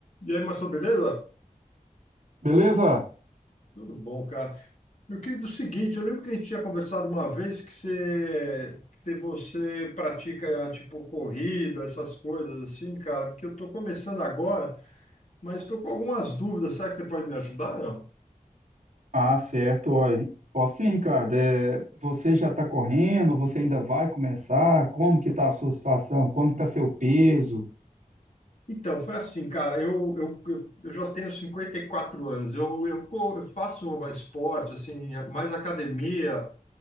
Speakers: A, on the left; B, on the right.
A: E aí, Marcelo, beleza?
B: Beleza?
A: Tudo bom, cara. Meu querido, é o seguinte, eu lembro que a gente tinha conversado uma vez que você, que você pratica, ah, tipo, corrida, essas coisas assim, cara, porque eu tô começando agora, mas tô com algumas dúvidas. Será que você pode me ajudar, não?
B: Ah, certo. Olha, posso sim, Ricardo. É, você já está correndo? Você ainda vai começar? Como que está a sua situação? Como que está seu peso?
A: Então, foi assim, cara, eu, eu, eu, eu já tenho 54 anos, eu, eu, co- eu faço esporte, assim, mais academia,